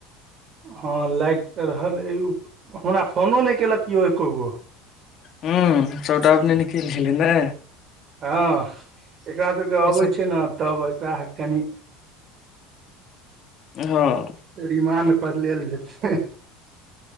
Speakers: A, on the right; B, on the left.
A: हँ लागि तऽ रहल ओ हमरा फोनो नहि केलक कियौ एकोगो
B: हूँ सभटा अपने निकल गेलै नै
A: हँ एकरा सबके अबै
B: सब
A: छै न तब एकरा कनि
B: हँ
A: त रिमान्ड पर लेल जेतै